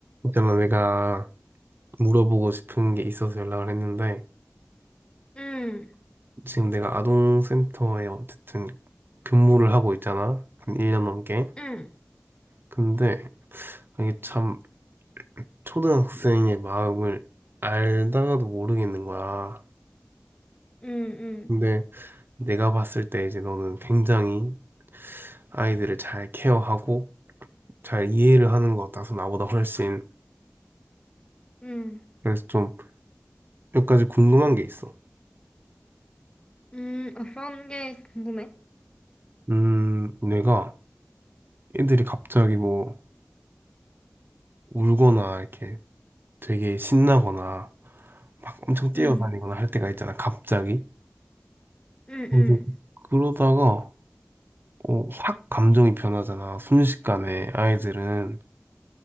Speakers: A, on the right; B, on the left.
A: 있잖아, 내가 물어보고 싶은 게 있어서 연락을 했는데,
B: 응,
A: 지금 내가 아동센터에 어쨌든 근무를 하고 있잖아. 한 1년 넘게.
B: 응,
A: 근데 이게 참 초등학생의 마음을 알다가도 모르겠는 거야.
B: 응, 응,
A: 근데 내가 봤을 때 이제 너는 굉장히 아이들을 잘 케어하고 잘 이해를 하는 것 같아서 나보다 훨씬.
B: 응,
A: 그래서 좀 몇 가지 궁금한 게 있어.
B: 응, 어떤 게 궁금해?
A: 음, 내가 애들이 갑자기 뭐 울거나 이렇게 되게 신나거나 막 엄청 뛰어다니거나
B: 응,
A: 할 때가 있잖아, 갑자기.
B: 응,
A: 그
B: 응,
A: 그러다가 어, 확 감정이 변하잖아, 순식간에 아이들은.